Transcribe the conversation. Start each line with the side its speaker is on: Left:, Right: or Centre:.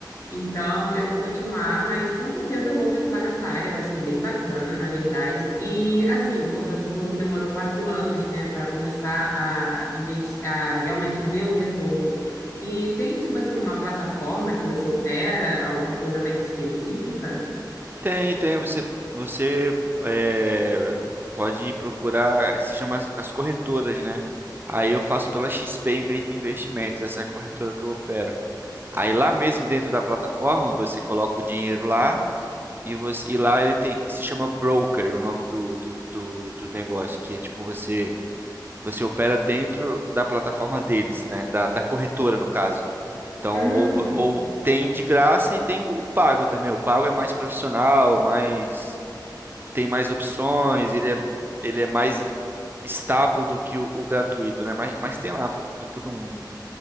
Left: então, eu vou continuar, mas com certeza eu vou pensar nessa área. Eu achei bem bacana, na verdade. E, assim, como você falou que demorou quatro anos, né, para começar a, inves- a realmente ver o retorno. E tem, tipo assim, uma plataforma que você opera, alguma coisa mais específica?
Right: Tem, tem. Você, você é, pode procurar, se chama as as corretoras, né? Aí eu faço pela XP Inve- Investimentos, essa é a corretora que eu opero. Aí lá mesmo dentro da plataforma, você coloca o dinheiro lá e, você, e lá ele tem, se chama broker, o nome do, do, do, do negócio, que é tipo você Você opera dentro da plataforma deles, né? Da, da corretora, no caso. Então,
Left: Hum,
Right: ou, ou tem de graça e tem o pago também. O pago é mais profissional, mais tem mais opções, ele é, ele é mais estável do que o, o gratuito, né? Mas, mas tem lá para todo mundo.